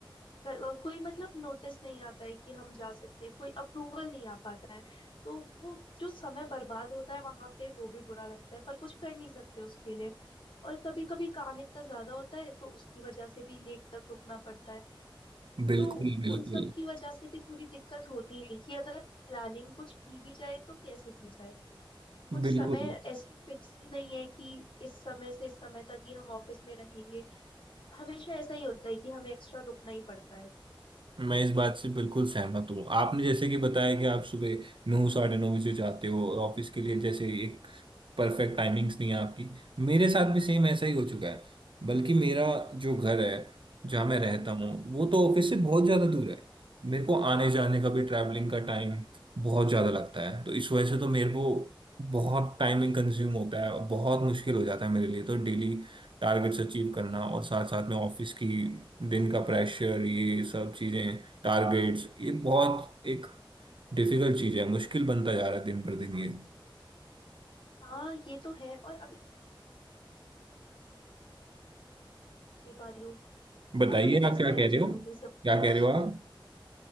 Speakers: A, on the left (about 70°); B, on the right (about 70°).
A: क- अ, कोई मतलब नोटिस नहीं आता है कि हम जा सकते हैं कोई अप्रूवल नहीं आ पाता है तो वो जो समय बर्बाद होता है वहां पे वो भी बुरा लगता है पर कुछ कर नहीं सकते उसके लिए और कभी कभी काम इतना ज्यादा होता है तो उसकी वजह से भी लेट तक रुकना पड़ता है
B: बिल्कुल
A: तो
B: बिल्कुल
A: उन सब की वजह से भी थोड़ी दिक्कत होती है कि अगर प्लानिंग कुछ की भी जाए तो कैसे की जाए कुछ
B: बिल्कुल
A: समय ऐसे फिक्स ही नहीं है कि इस समय से इस समय तक ही हम ऑफिस में रहेंगे हमेशा ऐसा ही होता है कि हमें एक्स्ट्रा रुकना ही पड़ता है
B: मैं इस बात से बिल्कुल सहमत हूँ आपने जैसे कि बताया कि आप सुबह नौ साढ़े नौ बजे जाते हो और ऑफिस के लिए जैसे एक परफेक्ट टाइमिंग्स नहीं है आपकी मेरे साथ भी सेम ऐसा ही हो चुका है बल्कि मेरा जो घर है
A: हम्म
B: जहाँ मैं रहता
A: हम्म।
B: हूँ वो तो ऑफिस से बहुत ज़्यादा दूर है मेरे को आने जाने का भी ट्रैवलिंग का टाइम बहुत ज़्यादा लगता है तो इस वजह से तो मेरे को बहुत टाइमिंग कंज्यूम होता है और बहुत मुश्किल हो जाता है मेरे लिए तो डेली टारगेट्स अचीव करना और साथ साथ में ऑफिस की दिन का प्रेशर ये सब चीजें टारगेट्स ये बहुत एक डिफिकल्ट चीज है मुश्किल बनता जा रहा है दिन पर दिन ये
A: हाँ ये तो है और अभी नहीं पा रही हूँ
B: बताइए
A: मतलब मैं कैसे
B: आप क्या
A: मैनेज
B: कह रहे हो
A: करूंगी सब
B: क्या
A: कुछ
B: कह रहे हो आप